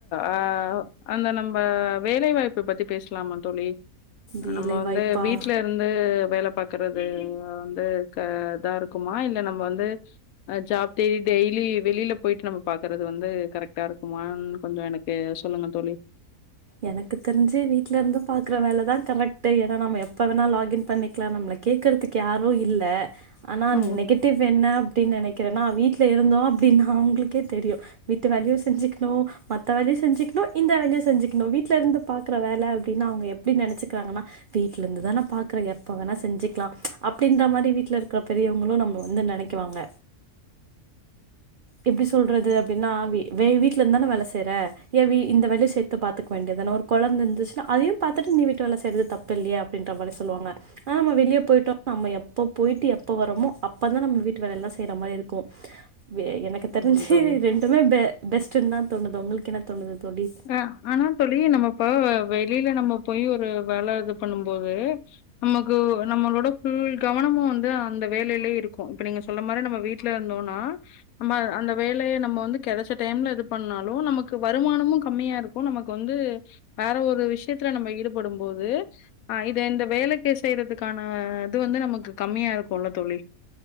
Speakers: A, on the left; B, on the right.
A: அ அந்த நம்ப வேலை வாய்ப்ப பத்தி பேஸ்லாமா தோழி
B: வேலை
A: நம்ம வந்து
B: வாய்ப்பா
A: வீட்டல இருந்து வேல பாக்குறது வந்து இதா இருக்குமா இல்ல நம்ம வந்து ஜாப் தேடி டெய்லி வெளில போயிட்டு நம்ப பாக்குறது வந்து கரெக்டா இருக்குமான்னு கொஞ்ச எனக்கு சொல்லுங்க தோழி
B: எனக்கு தெரிஞ்சு வீட்ல இருந்து பாக்குற வேலைதா கரெக்ட்டு ஏனா நம்ம எப் ப்ப வேணா லாகின் பண்ணிக்லா நம்ள கேக்கற்துக்கு யாரு இல்ல அனா
A: ம்
B: நெகட்டிவ் என்ன தி நெனக்கிறனா வீட்ல இருந்தோ அப்டின்னா அவங்ளுக்கே தெரியு விட்டு வேல செஞ்சுக்ணு மத்த வேலயு செஞ்சுக்ணு இந்த வேல்யு செஞ்சுக்ணு வீட்ல இருந்து பாக்குற வேல அப்டின்னா அவ்ங்க எப்டி நெனச்சுக்கிறாங்கனா வீட்ல இருந்துதா நா பாக்குற எப்ப வேணா செஞ்சுக்லா அப்டின்ற மாரி வீட்ல இருக்குற பெரியவுங்ளு நம்ப வந்து நெனக்குவாங்க எப்டி சொல்றது அப்டின்னா வி வே வீட்ல இருந்தான வேல செய்ற ஏ இந்த வேலய பாத்தா வேண்டியதுானா ஒரு குழந்தை இருந்துச்சன்னா அதையும் பாார்த்துட்டு நீ வீட்டு வேல செய்றது தப்பு இல்லயே அப்படின்ற மாதுரி சொல்லுவாங்க ஆனா நம்ம வெளியே போயிட்டோ நம்ம எப்ப போயிட்டு எப்ப வரோமோ அப்பதா நம்ம வீட்டு வேலய எல்லா செய்ற மாதுரி இருக்கு எனக்கு தெரிஞ்சு
A: ஆமா தோழி
B: ரெண்டுமே பெ பெஸ்ட்டுன்தா உங்ளுக்கு என்ன தோணுது தோழி
A: அ ஆனா தோழி நம்ம இப்ப வெளியல நம்ம போய் ஒரு வேல இது பண்ணும போது நமக்கு நம்ளோட பஃபுல் கவனமும் வந்து அந்த வேலைலே இருக்கு இப்ப நீங்க சொல்ல மாதுரி நம்ம வீட்ல இருந்தோம்னா நம்ம அந்த வேலய நம்ம வந்து கெடைச்ச டைம்ல இது பண்ணாலு நமக்கு வருமானமு கம்மியா இருக்கு நமக்கு வந்து வேற ஒரு விஷ்யத்துல நம்ம ஈடுபடு போது தே இந்த வேலக்கே செய்றதுக்கான இது வந்து நமக்கு கம்மியா இருக்குல தோழி